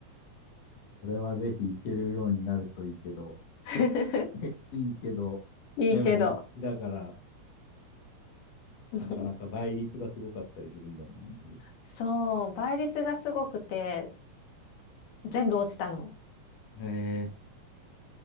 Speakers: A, on the left (about 60°); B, on the left (about 80°).
A: それはぜひ行けるようになるといいけど。
B: <laughs>
A: <laughs> いいけど、
B: いいけど。
A: でも人気だから、
B: <laughs>
A: なかなか倍率がすごかったりするんじゃない
B: そう、倍率がすごくて、全部落ちたの。
A: へえ。